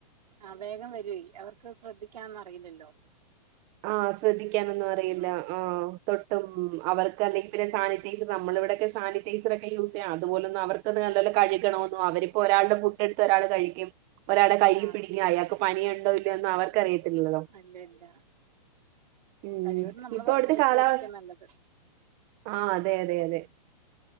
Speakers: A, on the right (about 75°); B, on the right (about 30°).
A: ആഹ് വേഗം വരോയ് അവർക്ക് ശ്രദ്ധിക്കാൻന്നും അറിയില്ലല്ലോ
B: ആഹ് ശ്രദ്ധിക്കാനൊന്നും അറിയില്ല
A: ഉം
B: ആഹ് തൊട്ടും അവർക്ക് അല്ലെങ്കിപിന്നെ സാനിറ്റൈ
A: ഉം
B: ക്ക് നമ്മള ഇവിയെക്ക സാനിറ്റൈസറെക്കെ യൂസയ്യാ അതുപോലൊന്നും അവർക്കത് നല്ലോലെ കഴുകണോന്നോ അവരിപ്പോ ഒരാള്ടെ ഫു എട്ത്ത് ഒരാള് കഴിക്കും ഒരാളെ കയ്യീ
A: ആഹ്
B: പിടിക്കാ അയാക്ക് പനിയുണ്ടോ ഇല്ലോന്ന് അവർക്കറിയത്തില്ലല്ലോ
A: അല്ലല്ല
B: ഉം
A: കഴിവെന്നും നമ്മള്
B: ഇപ്പൊ
A: പറഞ്ഞഴിക്കാതിക്കാ
B: അവിടുത്തെ കാലാവസ്ഥ
A: നല്ലത്
B: ആഹ് അതെ അതെ അതെ
A: ഉം